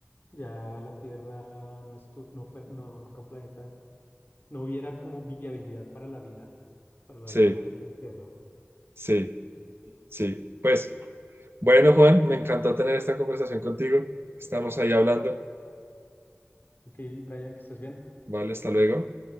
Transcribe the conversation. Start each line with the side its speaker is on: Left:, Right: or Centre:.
Left: ya la Tierra no, estu- no, fue- no, no fuera un planeta, no hubiera como viabilidad para la vida, para la
Right: Sí,
Left: vida humana aquí en la Tierra.
Right: sí, sí. Pues bueno, Juan, me encantó tener esta conversación contigo. Estamos ahí hablando.
Left: Ok, Brian, que estés bien.
Right: Vale, hasta luego.